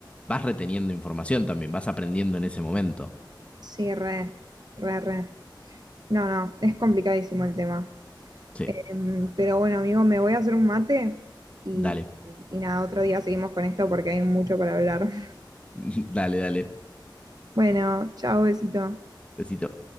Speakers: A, on the left (about 15°); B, on the right (about 55°).
A: vas reteniendo información también, vas aprendiendo en ese momento.
B: Sí, re, re, re. No, no, es complicadísimo el tema.
A: Sí,
B: Em, pero bueno, amigo, me voy a hacer un mate y,
A: dale,
B: y y nada, otro día seguimos con esto porque hay mucho para hablar. <laughs>
A: <laughs> dale, dale.
B: Bueno, chao, besito.
A: Besito.